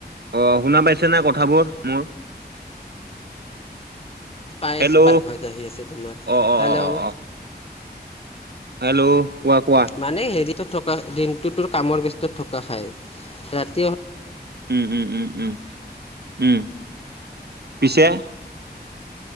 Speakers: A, on the right; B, on the left.
A: অ শুনা পাইছে ন কথাবোৰ মোৰ
B: পাইছ
A: হেল্ল'
B: পাৰফ আহি আছে তোমাৰ
A: অ অ
B: হেল্ল'
A: অ অ অ হেল্ল' কোৱা কোৱা
B: মানে হেৰি থকা দিনটোতোৰ কামৰ ব্যস্তত থকা খাই ৰাতি অহা
A: উম উম উম উম উম পিছে